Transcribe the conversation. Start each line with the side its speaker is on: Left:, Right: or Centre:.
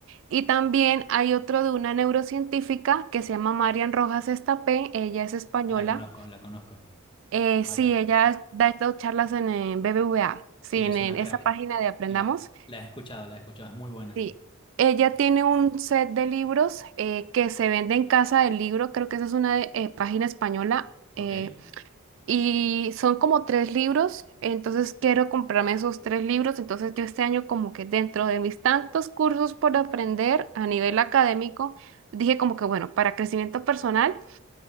Right: Y también hay otro de una neurocientífica que se llama Marian Rojas Estapé, ella es española.
Left: La conozco, la conozco.
Right: Eh,
Left: Marian
Right: sí,
Left: Rojas.
Right: ella da estas charlas en el BBVA, sí,
Left: Sí,
Right: en
Left: es
Right: el-
Left: una crack.
Right: esa página de Aprendamos.
Left: La, la he escuchado, la he escuchado. Es muy buena.
Right: Sí, ella tiene un set de libros eh, que se vende en Casa del Libro, creo que esa es una de- eh, página española.
Left: Ok.
Right: Eh, y son como tres libros, entonces quiero comprarme esos tres libros. Entonces yo este año como que dentro de mis tantos cursos por aprender a nivel académico, dije como que bueno, para crecimiento personal